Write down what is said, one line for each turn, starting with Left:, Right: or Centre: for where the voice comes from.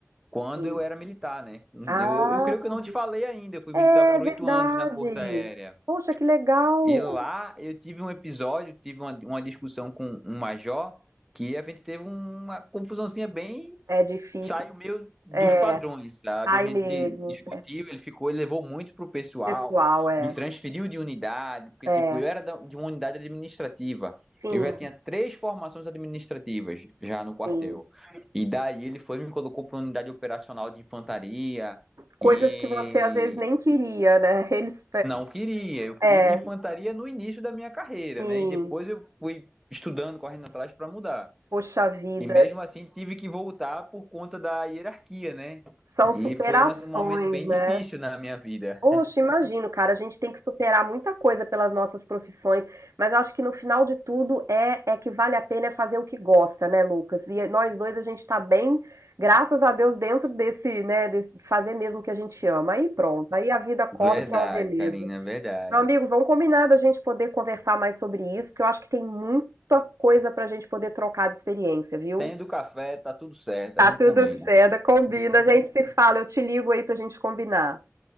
Centre: Quando
Right: Sim.
Centre: eu era militar, né? Eu,
Right: Ah,
Centre: eu, eu creio
Right: sim.
Centre: que eu não te falei ainda. Eu fui
Right: É
Centre: militar por
Right: verdade.
Centre: oito anos na Força Aérea.
Right: Poxa, que legal.
Centre: E lá eu tive um episódio, tive uma, uma discussão com um major, que a gente teve uma confusãozinha bem
Right: É difícil.
Centre: saiu meio dos
Right: É,
Centre: padrões, sabe?
Right: sai
Centre: A gente
Right: mesmo.
Centre: discutiu, ele ficou, ele levou muito pro pessoal,
Right: Pessoal, é.
Centre: me transferiu de unidade, porque,
Right: É.
Centre: tipo, eu era da- de uma unidade administrativa.
Right: Sim,
Centre: Eu já tinha três formações administrativas já no quartel.
Right: sim.
Centre: E daí ele foi e me colocou para unidade operacional de infantaria
Right: Coisas
Centre: e
Right: que você às vezes nem queria, né? Eles,
Centre: não queria. Eu
Right: é,
Centre: fui de infantaria
Right: é,
Centre: no início da minha carreira,
Right: sim,
Centre: né? E depois eu fui estudando, correndo atrás para mudar.
Right: poxa vida,
Centre: E mesmo assim tive que voltar por conta da hierarquia, né?
Right: são superações,
Centre: E foi um um momento bem
Right: né?
Centre: difícil na minha vida.
Right: Poxa, imagino, cara, a gente tem que superar muita coisa pelas nossas profissões, mas acho que no final de tudo é, é que vale a pena é fazer o que gosta, né, Lucas? E nós dois a gente tá bem, graças a Deus, dentro desse, né, desse fazer mesmo o que a gente ama. Aí pronto, aí a vida corre
Centre: Verdade,
Right: que é uma beleza.
Centre: Karina, verdade.
Right: Meu amigo, vamos combinar da gente poder conversar mais sobre isso, porque eu acho que tem muita coisa pra gente poder trocar de experiência, viu?
Centre: Tendo café, tá tudo certo,
Right: Tá
Centre: a gente
Right: tudo
Centre: combina.
Right: certo, combina, a gente se fala, eu te ligo aí pra gente combinar.